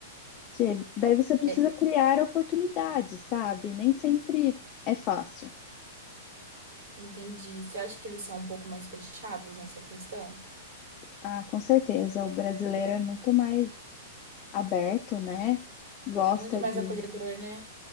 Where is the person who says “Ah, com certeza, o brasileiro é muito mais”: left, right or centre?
Left